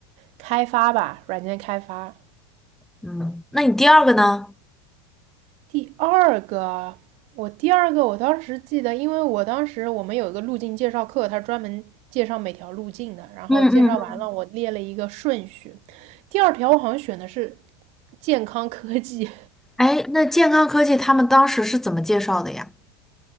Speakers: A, on the right (about 50°); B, in the centre.
A: 开发吧，软件开发。
B: 嗯，那你第二个呢？
A: 第二个啊我第二个我当时记得，因为我当时我们有一个路径介绍课，它专门介绍每条路径的，然后介绍完了，
B: 嗯嗯嗯。
A: 我列了一个顺序。第二条我好像选的是健康科技，
B: 哎，那健康科技他们当时是怎么介绍的呀？